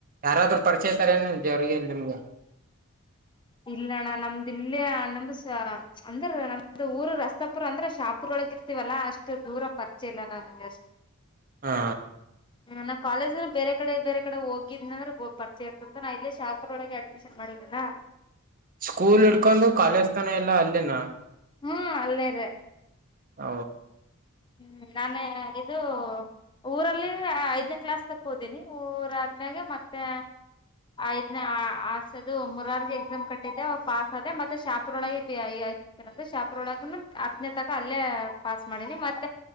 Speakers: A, on the right; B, on the left.
A: ಯಾರಾದ್ರ ಪರಿಚಯತಾರ ಏನ್ ದೇವ್ರಿಗೆ ನಿಮ್ಗೂ.
B: ಇಲ್ಲಣ್ಣಾ ನಮ್ದ. ದಲ್ಲೇ ಅನಮ್ದಸಾ ಅಂದ್ರ ನಮ್ದ ಊರ ರಸ್. ತ್ತಪುರ್ ಅಂದ್ರೆ ಶಾಪುರ್ ಒಳಗ ಇರ್ತೀವಲ್ಲಾ ಅಷ್ಟು ದೂರ ಪರಿಚಯ ಇಲ್ಲ ನನ್ಗ ಅಷ್ಟ.
A: ಹಾ.
B: ನಾ ಕ್ವಾಲೇಝ್ನ ಬೇರೆ ಕಡೆ ಬೇರೆ ಕಡೆ ಹೋಗಿದ್ನಂದ್ರ ಗೊಪರಿಚೆಯ ಇರ್ತಿತ್ತ್ನಾ ನಾ ಇಲ್ಲೇ ಶಾಪುರ ಒಳಗೆ ಅಡ್ಮಿಷನ್ ಮಾಡೆನನಾ.
A: ಸ್ಕೂಲ್ ಹಿಡ್ಕೊಂದು ಕ್ವಾಲೇಜ್ ತನ ಎಲ್ಲಾ ಅಲ್ಲಿನಾ.
B: ಹ್ಮ್ ಅಲ್ಲೇರಿ.
A: ಹ
B: ಹ್ಮ್ ನಾನೇ ಇದು ಒ ಊರಲ್ಲಿ ಐದನೇ ಕ್ಲಾಸ್ ತಕ್ ಹೋದೀನಿ ಊರಾದ್ಮೇಗೆ ಮತ್ತೆ ಐದನೇ ಆಸದು ಮೂರಾರಿಗೆ ಎಕ್ಸಾಮ್ ಕಟ್ಟಿದ್ದೆ ಪಾಸ್ ಆದೆ ಮತ್ತೆ ಶಾಪುರ ಒಳಗೆ ಬಿ ಆತೆ ಶಾಪುರ ಒಳಗ ಹತ್ತನೇ ತಕ ಅಲ್ಲೇ ಪಾಸ್ ಮಾಡಿನಿ ಮತ್ತ್